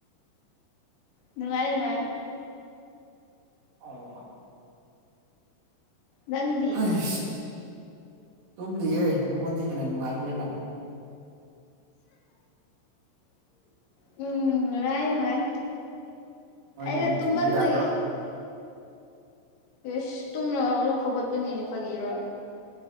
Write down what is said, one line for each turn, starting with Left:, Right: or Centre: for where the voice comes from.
Left: ꯅꯨꯡꯉꯥꯏ ꯅꯨꯡꯉꯥꯏ
Right: ꯑꯣ
Left: ꯅꯪꯗꯤ
Right: ꯍꯩꯁ ꯇꯨꯝꯂꯤꯌꯦ ꯅꯉꯣꯟꯗꯤꯦꯅ ꯅꯨꯡꯉꯥꯏꯒꯦꯅ
Left: ꯎꯝ ꯋꯥꯥꯏꯅꯉꯥꯏ
Right: ꯅꯣꯏꯅ
Left: ꯑꯩꯗ
Right: ꯍꯦꯟꯖꯤꯟꯕ
Left: ꯇꯨꯃ
Right: ꯌꯥꯕ꯭ꯔꯣ
Left: ꯅꯣꯏ ꯑꯦꯁ ꯇꯨꯝꯅꯔꯣ ꯍꯧꯒꯠꯄꯅꯤꯅꯦ ꯐꯒꯤꯔꯣ